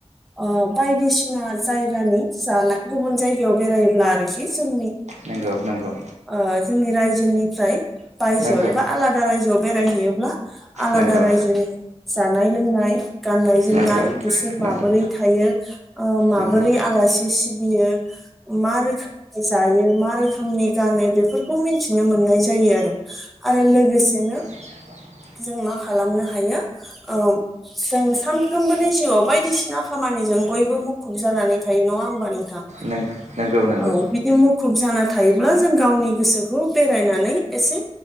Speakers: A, in the centre; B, on the right.
A: ओ बायदिसिना जायगानि जानाय गुबुन जायगायाव बेरायोब्ला आरोखि जों
B: नंगौ नंगौ
A: ओ जोंनि रायजोनिफ्राय बायजोआव
B: नंगौ
A: एबा आलादा रायजोआव बेरायहैयोब्ला आलादा
B: नंगौ
A: रायजोनि जानाय लोंनाय गाननाय जोमनाय
B: नंगौ
A: बिसोर माबोरै
B: नंगौ
A: थायो ओ माबोरै
B: नंगौ
A: आलासि सिबियो ओ मा रोखोमै जा यो मा रोखोमनि गानो बेफोरखौ मिथिनो मोननाय जायो आरो आरो लोगोसेनो
B: बिनो
A: जों मा खालामनो हायो ओ जों सानफ्रोमबोनि जिउआव बायदिसिना खामानि जों बयबो मुखुब जानानै थायो नङा होमबा नोंथां
B: नङा होमबा नोंथां
A: औ
B: नंगौ
A: बिदि मुखुब जाना थायो गोसोखौ बेरायनानै एसे